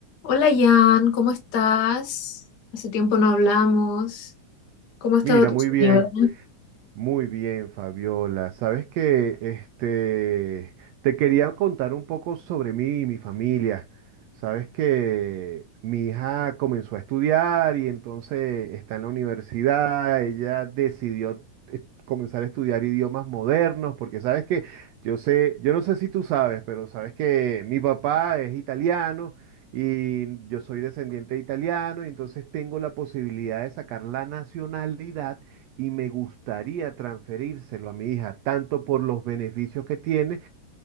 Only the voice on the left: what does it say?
Hola Jan, ¿cómo estás? Hace tiempo no hablamos. ¿Cómo ha estado
tu
señora?